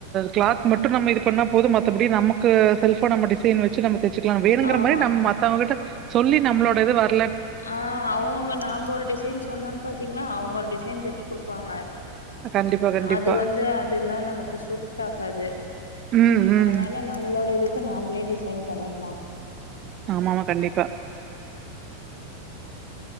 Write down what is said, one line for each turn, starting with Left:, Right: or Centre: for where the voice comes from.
Right: கிளாத் மட்டும் நம்ம இது பண்ணா போதும் மத்தபடி நமக்கு செல்போ நம்ம டிசைன் வச்சு நமக்கு தச்சுக்கலா வேணுங்க
Left: ஆமா
Right: மாரி நம்ம மத்தவங்ககிட்ட சொல்லி நம்மளோட இது வர
Left: ஆ அவுங்க நாம ஒரு டிசைன் சொன்னோன்னு பாத்தீங்கன்னா அவுங்க ஒரு டிசைன் தச்சு குடுப்பாங்க
Right: கண்டிப்பா, கண்டிப்பா.
Left: அது வந்து அதெல்லா நமக்கு சூட்டாகாது
Right: ம், ம்.
Left: அதனால நம்மளோட இதுக்கு நாமளே டிசைன் பண்ணிக்கலா
Right: ஆமாமா கண்டிப்பா